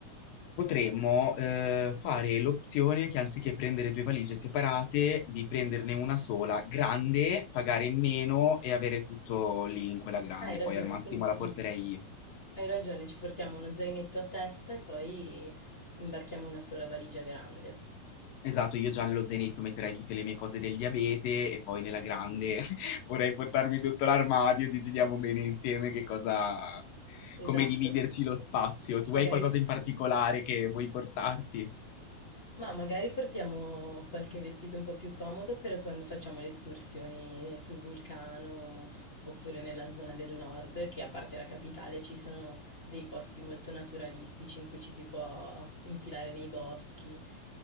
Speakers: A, on the left; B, on the left.
A: Potremmo, ehm, fare l'opzione che anziché prendere 2 valigie separate, di prenderne una sola grande, pagare meno e avere tutto lì in quella grande,
B: Hai ragione,
A: poi al massimo
B: quindi
A: la porterei
B: non-
A: io.
B: hai ragione, ci portiamo uno zainetto a testa e poi imbarchiamo una sola valigia grande.
A: Esatto, io già nello zainetto metterei tutte le mie cose del diabete e poi nella grande <laughs> vorrei portarmi tutto l'armadio, decidiamo bene insieme che cosa come
B: Esatto,
A: dividerci lo spazio. Tu
B: magari
A: hai qualcosa in particolare che vuoi portarti?
B: Ma magari portiamo qualche vestito un po' più comodo per quando facciamo le escursioni sul vulcano oppure nella zona del nord, che a parte la capitale ci sono dei posti molto naturalistici in cui ci si può infilare nei boschi.